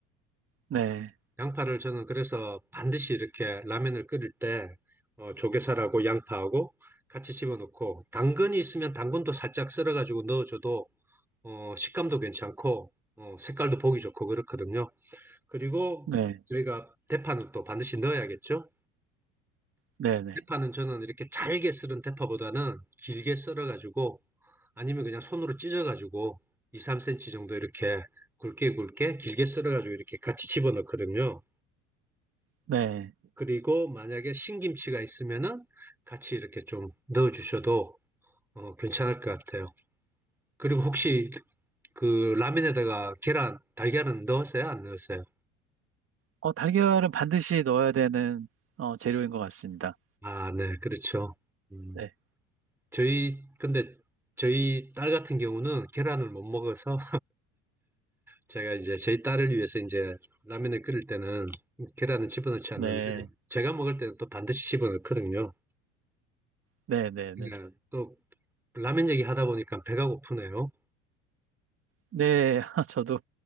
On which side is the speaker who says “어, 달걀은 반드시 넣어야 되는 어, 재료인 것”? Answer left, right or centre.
Right